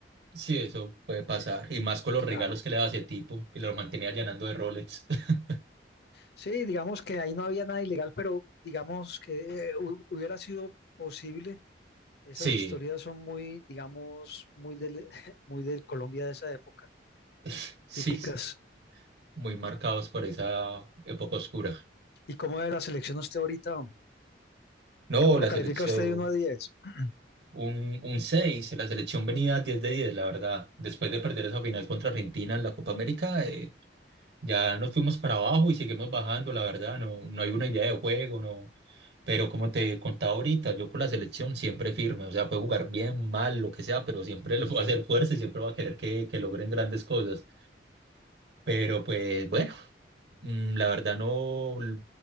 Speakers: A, on the right (about 65°); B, on the left (about 60°).
A: Sí, eso puede pasar.
B: eh,
A: Y más con los
B: claro.
A: regalos que le daba ese tipo, que lo mantenía llenando de Rolex. <laughs>
B: Sí, digamos que ahí no había nada ilegal, pero digamos que eh, hu- hubiera sido posible Esas
A: Sí,
B: historias son muy, digamos, muy del, <laughs> muy del Colombia de esa época,
A: <laughs> sí,
B: típicas.
A: sí. Muy marcados por esa época oscura.
B: ¿Y cómo ve la selección usted ahorita, hombre?
A: No,
B: ¿Cómo
A: la
B: lo califica
A: selección,
B: usted de uno a diez? <clears throat>
A: un, un 6. La selección venía 10 de 10, la verdad. Después de perder esa final contra Argentina en la Copa América, eh, Ya nos fuimos para abajo y seguimos bajando, la verdad, no, no hay una idea de juego, no. Pero como te contaba ahorita, yo con la selección siempre firme, o sea, puede jugar bien, mal, lo que sea, pero siempre <laughs> le voy a hacer fuerza y siempre va a querer que, que logren grandes cosas. Pero pues bueno, mm, la verdad no, l-